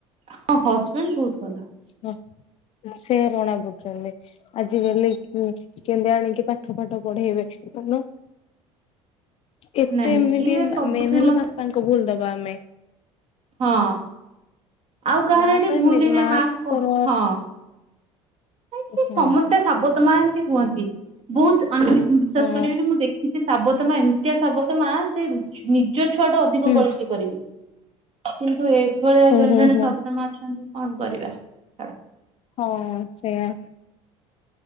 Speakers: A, on the right; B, on the left.
A: ହଁ ହଜବେଣ୍ଡ ବହୁତ ଭଲ।
B: ହଁ ସେୟା ଜଣାପଡୁଛନ୍ତି। ଆଜି କାଲି କେନ୍ଦେ ଆଣିକି ପାଠ ପାଠ ପଢେଇବେ କହୁନ? ଏତେ
A: ନାଇଁ
B: ଏମିତି
A: ସିଏ ସବୁଥିରେ
B: ମେନ ହେଲେ
A: ମତେ
B: ବାପାଙ୍କୁ ଭୁଲ ଦବା ଆମେ।
A: ହଁ ଆଉ କାହାର
B: ମା
A: ଏଠି
B: ତ
A: ଭୁଲହି
B: ଏମିତି
A: ନାଇଁ
B: ମା
A: ମାଙ୍କ
B: ପର
A: ହଁ। ସେ
B: ହଁ
A: ସମସ୍ତେ ସାବତ ମା ଏନ୍ତି ହୁଅନ୍ତି। ବହୁତ ବିଶ୍ବାସ
B: ହଁ
A: କରିବେନି ମୁଁ ଦେଖିଛି ସାବତମା ଏମିତିଆ ସାବତମା ସେ ନିଜ ଛୁଆଟା ଅଧିକ
B: ହୁଁ
A: ବଳିକି କରିବେ କିନ୍ତୁ ଏ ଏ ଭଳିଆ
B: ହୁଁ
A: ଜଣେ ଜଣେ
B: ହୁଁ
A: ସାବତ ମା ଅଛନ୍ତି କଣ କରିବା? ଛାଡ।
B: ହଁ ସେୟା।